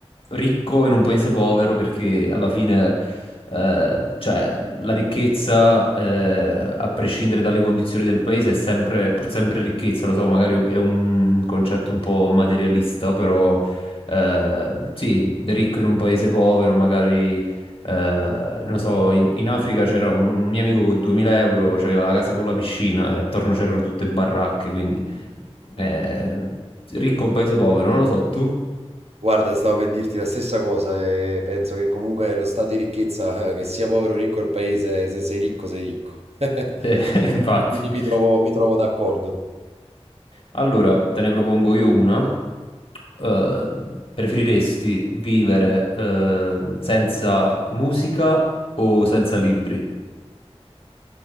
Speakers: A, on the left; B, on the right.
A: ricco in un paese povero perché alla fine, eh, cioè, la ricchezza, eh, a prescindere dalle condizioni del paese, è sempre, è pur sempre ricchezza. Lo so, magari è un concetto un po' materialista, però, eh, sì, ricco in un paese povero, magari, eh, non so, in, in Africa c'era un mio amico con 2000 euro, c'aveva la casa con la piscina e attorno c'erano tutte baracche, quindi eh, ricco un paese povero, non lo so, tu?
B: Guarda, stavo per dirti la stessa cosa e penso che comunque lo stato di ricchezza, eh, che sia povero o ricco il paese, eh, se sei ricco sei ricco. <laughs>
A: Eh, <laughs> infatti.
B: Quindi mi trovo, mi trovo d'accordo.
A: Allora, te ne propongo io una. Eh, preferiresti vivere eh, senza musica o senza libri?